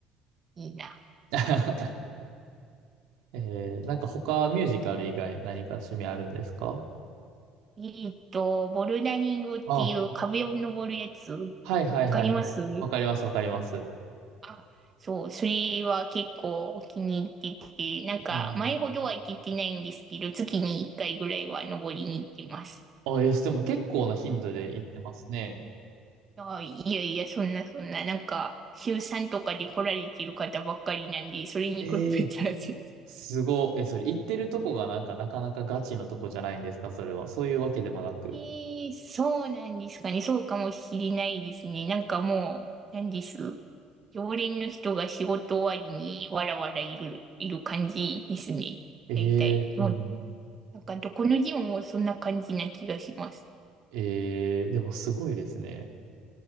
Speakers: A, on the right; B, on the right.
A: いいな。
B: <laughs> えー、なんか他ミュージカル以外何か趣味あるんですか
A: えっと、ボルダリングっていう壁を登るやつ。
B: あ、はいはいはいはい。
A: わかります
B: わかりますわかります。
A: あ、そう、それは結構気に入ってて、なんか前ほどは行けてないんですけど、
B: うんうんうん
A: 月に1回ぐらいは登りに行ってます。
B: あ、え、でも結構な頻度で行ってますね。
A: あ、いやいや、そんなそんな、なんか週3とかで来られてる方ばっかりなんで、それに比べたら全
B: ええ。すごい。え、それ行ってるとこがなんかなかなかガチのとこじゃないんですかそれは。そういうわけでもなく。
A: えーそうなんですかね。そうかもしれないですね。なんかもう、なんです。常連の人が仕事終わりにわらわらいる、いる感じですね。
B: ええ、
A: 大体。
B: うん。
A: でも、なんかどこのジムもそんな感じな気がします。
B: ええ、でもすごいですね。